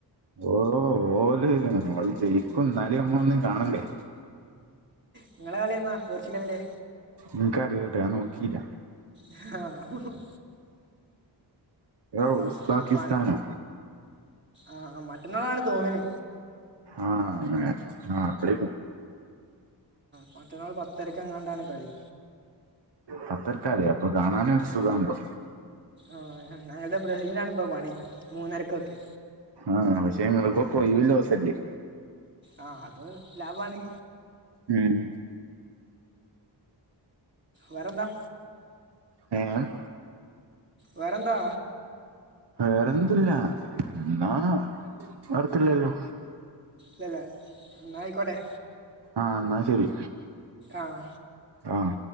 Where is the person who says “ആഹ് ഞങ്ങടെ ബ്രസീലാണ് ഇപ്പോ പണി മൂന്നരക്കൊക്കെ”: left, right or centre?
Right